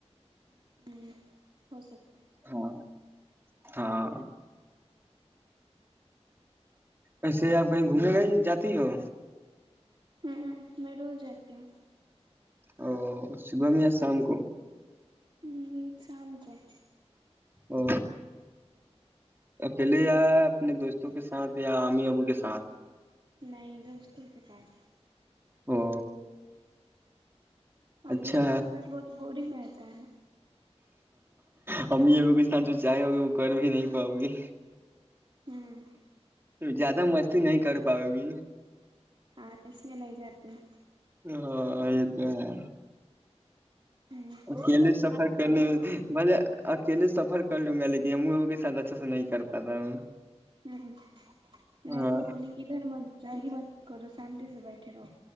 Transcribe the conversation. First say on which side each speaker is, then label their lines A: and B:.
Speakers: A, on the right; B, on the right.
A: اچھا ہہم ہو سکتا ہیں
B: ہاں ہاں ایسے آپ کہیں گھومنے گ جاتی ہو
A: ہوں ہ میں روز جاتی ہوں
B: او صبح میں یا شام کو
A: ہوں سام کون
B: ا اکیلے یا اپنے دوستوں کے ساتھ یا امی ابو کے ساتھ
A: ن دوستوں کے بات
B: او
A: امی
B: اچھا
A: اب کے ساتھ بہت اور متان
B: ہاں ا یہ ا بھی ک ساتھ جو چاہیں ہوگے وہ کر بھی نہیں پاؤ گی
A: ہ
B: زیادہ مستی نہیں کر پاؤ گی
A: ہاں اس میں ل جاتے ہ
B: ہاں یہ تو ہے
A: ہ
B: اکیلے سفر کرنے
A: اور ہ
B: بے اکیلے سفر کر لوں گا لیکن ساتھ اچھے سے نہیں کر پاتا ہوں
A: نہیں
B: ہاں
A: تو بولی کہدھر مجہ م کر سان روزی بہ تیرو